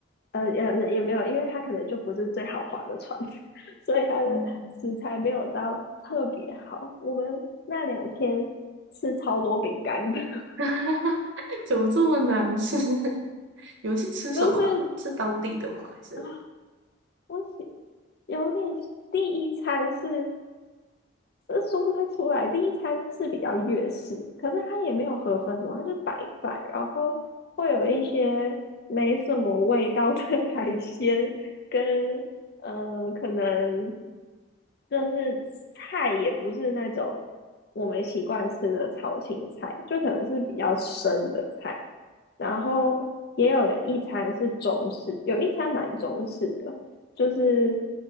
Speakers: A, on the left (about 50°); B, on the right (about 65°).
A: 呃，也也没有，因为它可能就不是最豪华的船，<laughs> 所以它的食材没有到特别好。
B: 嗯，
A: 我们那两天吃超多饼干的，<laughs>
B: <laughs> 怎么这么难吃？<laughs> 你们是吃什么啊是当地的吗？
A: 就是
B: 还是
A: 啊，我喜有点第一餐是呃说不太出来，第一餐是比较粤式，可是它也没有河粉什么，它就白饭，然后会有一些没什么味道的 <laughs> 海鲜跟呃可能就是菜也不是那种我们习惯吃的炒青菜，就可能是比较生的菜。然后也有一餐是中式，有一餐蛮中式的，就是